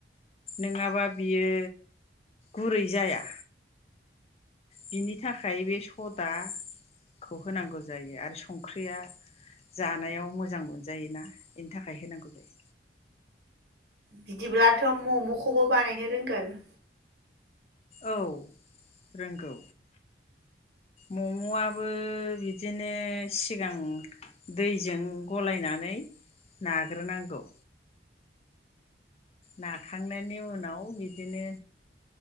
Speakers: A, on the left (about 35°); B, on the right (about 65°).
A: नङाबा बियो गुरै जाया बिनि थाखाय बे सदाखौ होनांगौ जायो आरो संख्रिया जानायाव मोजां मोनजायोना बेनि थाखाय होनांगौ जायो
B: बिदिब्लाथ' मम'खौबो बानायनो रोंगोन
A: औ रोंगौ मम'आबो बिदिनो सिगां दैजों गलायनानै नाग्रोनांगौ नाखांनायनि उनाव बिदिनो